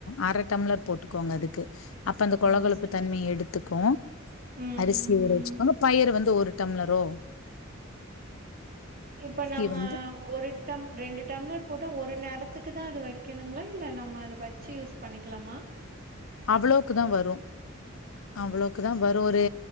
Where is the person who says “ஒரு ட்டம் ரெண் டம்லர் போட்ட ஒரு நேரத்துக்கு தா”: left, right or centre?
Right